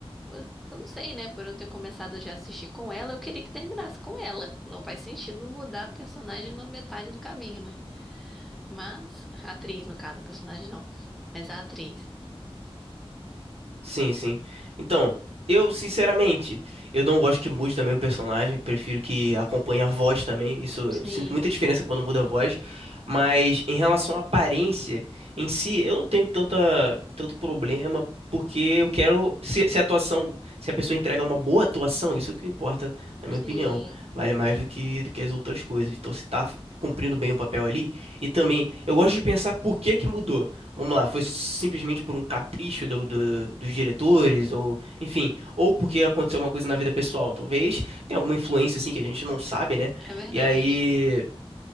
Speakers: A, in the centre; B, on the right.
A: Eu eu não sei, né? Por eu ter começado já a assistir com ela, eu queria que terminasse com ela. Não faz sentido mudar a personagem na metade do caminho, né? Mas, a atriz, no caso, a personagem não. Mas a atriz.
B: Sim, sim. Então, eu, sinceramente, eu não gosto que mude também o personagem, prefiro que acompanhe a voz também. Isso eu
A: Sim,
B: sinto muita diferença quando muda a voz, mas em relação à aparência em si, eu não tenho tanta tanto problema, porque eu quero se, se a atuação, se a pessoa entrega uma boa atuação, isso é o que importa, na minha
A: sim,
B: opinião, vale mais do que do que as outras coisas. Então, se tá cumprindo bem o papel ali, e também eu gosto de pensar por que que mudou. Vamos lá, foi simplesmente por um capricho do, do- dos diretores, ou enfim, ou porque aconteceu uma coisa na vida pessoal, talvez tenha alguma influência assim que a gente não sabe, né?
A: é verdade.
B: E aí